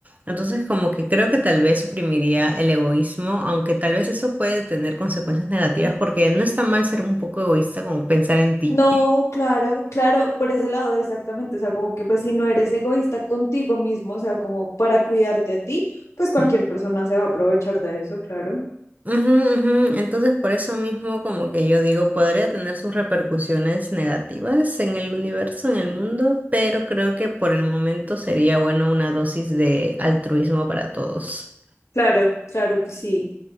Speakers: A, on the right; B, on the left.
A: Entonces, como que creo que tal vez suprimiría el egoísmo, aunque tal vez eso puede tener consecuencias negativas, porque no está mal ser un poco egoísta, como pensar en ti.
B: No, claro, claro, por ese lado exactamente, o sea, como que pues si no eres egoísta contigo mismo, o sea, como para cuidarte a ti, pues cualquier
A: <laughs>
B: persona se va a aprovechar de eso, claro.
A: Ujú, ujú. Entonces, por eso mismo, como que yo digo, podría tener sus repercusiones negativas en el universo, en el mundo, pero creo que por el momento sería bueno una dosis de altruismo para todos.
B: Claro, claro que sí,